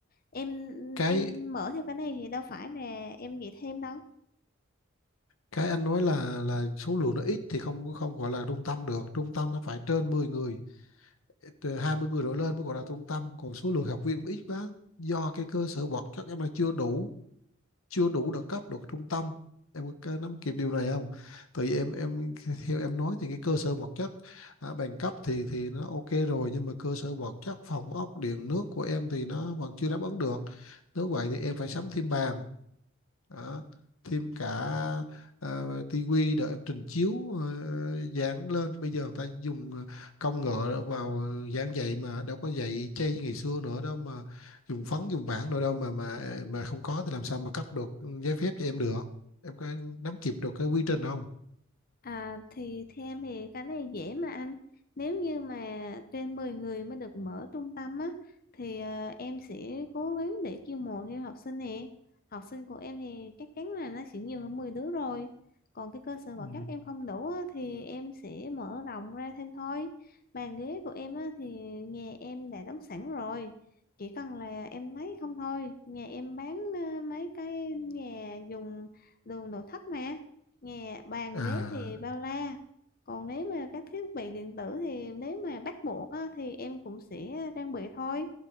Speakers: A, on the left (about 45°); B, on the left (about 85°).
A: em ừ,
B: cái
A: em mở theo cái này thì đâu phải là em nghĩ thêm đâu
B: cái anh nói là là số lượng nó ít thì không không gọi là trung tâm được trung tâm nó phải trên 10 người từ 20 người đổ lên mới gọi là trung tâm còn số lượng học viên cũng ít quá do cái cơ sở vật chất em là chưa đủ chưa đủ được cấp được trung tâm em có nắm kịp điều này không tại vì em em <laughs> theo em nói thì cái cơ sở vật chất à, bằng cấp thì thì nó ok rồi nhưng mà cơ sở vật chất phòng ốc điện nước của em thì nó vẫn chưa đáp ứng được nếu vậy thì em phải sắm thêm bàn đó. thêm cả ờ, tivi để em trình chiếu ờ, dán lên bây giờ người ta dùng ờ, công nghệ vào dán vậy mà đâu có dạy chay như ngày xưa nữa đâu mà dùng phấn dùng bảng nữa đâu mà mà ờ, mà không có thì làm sao mà cấp được giấy phép cho em được em có nắm kịp được cái quy trình không
A: À, thì theo em thì cái này dễ mà anh nếu như mà trên 10 người mới được mở trung tâm á thì à, em sẽ cố gắng để chiêu mộ thêm học sinh nè học sinh của em thì chắc chắn là nó sẽ nhiều hơn 10 đứa rồi còn cái cơ sở vật
B: ừ.
A: chất em không đủ á, thì em sẽ mở rộng ra thêm thôi bàn ghế của em á, thì nhà em đã đóng sẵn rồi chỉ cần là em lấy không thôi nhà em bán à, mấy cái nhà dùng đồ nội thất mà Nhà bàn
B: à
A: ghế thì bao la. Còn nếu mà các thiết bị điện tử thì nếu mà bắt buộc á, thì em cũng sẽ trang bị thôi.